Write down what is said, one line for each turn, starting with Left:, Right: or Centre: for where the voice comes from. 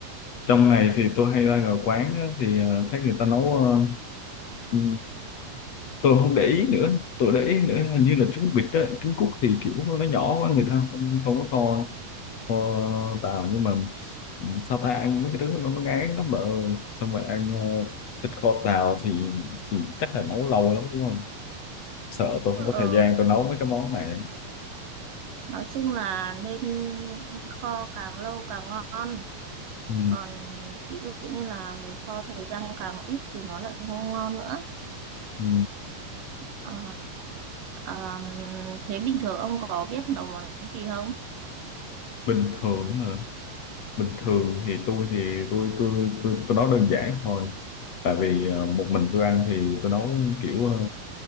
Left: trong này thì tôi hay ra ngoài quán á, thì ờ, thấy người ta nấu ờ, ừ, tôi không để ý nữa tôi để ý nữa hình như là trứng vịt á trứng cút thì kiểu nó nhỏ quá người ta không không có kho kho tàu nhưng mà ừ, sao ta ăn mấy cái thứ nó nó ngán lắm bà ơi xong rồi ăn ờ, thịt kho tàu thì thì chắc là nấu lâu lắm đúng không sợ tôi
Right: Ờ,
Left: không có thời gian tôi nấu mấy cái món này
Right: nói chung là nên kho càng lâu càng ngon
Left: ừ,
Right: còn ví dụ như là mình kho thời gian càng ít thì nó lại không ngon nữa
Left: ừ.
Right: Ờ, Ờ, thế bình thường ông có biết nấu món gì không?
Left: bình thường hả? bình thường thì tôi thì tôi tôi tôi, tôi nấu đơn giản thôi tại vì ờ, một mình tôi ăn thì tôi nấu kiểu ờ,